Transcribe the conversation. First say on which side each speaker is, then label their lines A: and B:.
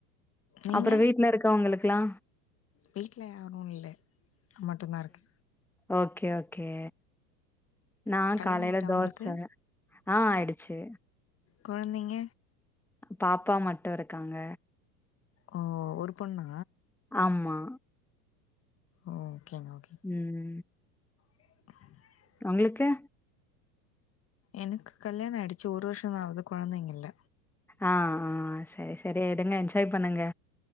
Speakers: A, on the left; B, in the centre.
A: நீங்க
B: அப்ற வீட்ல இருக்கவுங்களுக்கெல்லா
A: வீட்ல யாரு இல்லே நா மட்டு தா இருக்கே
B: ஓ கே ஓ கே நா
A: கல்யாண
B: காலையில
A: ஆயிட்டா
B: தோச
A: உங்களுக்கு
B: ஆ ஆயிடுச்சு
A: கொழந்தைங்க
B: பாப்பா மட்டு இருக்காங்க
A: ஓ ஒரு பொண்ணா
B: ஆமா
A: ஓகேங்க ஓகே
B: ம்
A: <inaudible>
B: உங்களுக்கு
A: எனக்கு கல்யாணம் ஆயிடுச்சு ஒரு வருஷோ தா ஆவுது கொழந்தைங்க இல்ல
B: ஆ ஆ சரி சரி விடுங்க என்ஜாய் பண்ணுங்க